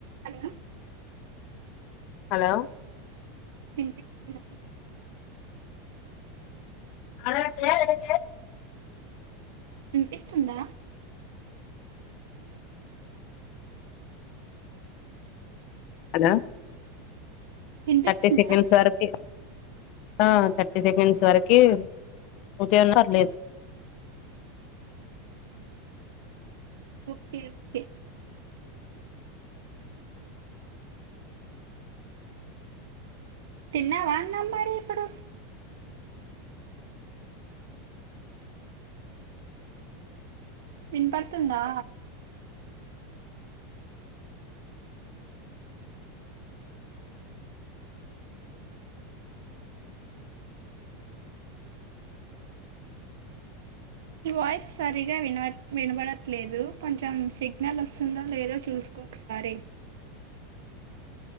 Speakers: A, on the right (about 85°); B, on the left (about 35°).
A: hello
B: hello
A: వినిపిస్తుందా
B: అడ ఏట
A: అనిపిస్తుందా
B: హలో
A: వినిపిస్తుందా
B: తీర్థి సెకండ్స్ వరకి ఆ థర్టీ సెకండ్స్ వరకి <inaudible>
A: ఒకే ఒకే తిన్నావా అన్నం మరి ఇప్పుడు వినపడుతుందా మీ వాయిస్ సరిగా విన వినబడట్లేదు కొంచెం సిగ్నల్ వస్తుందో లేదో చూసుకో ఒకసారి
B: అ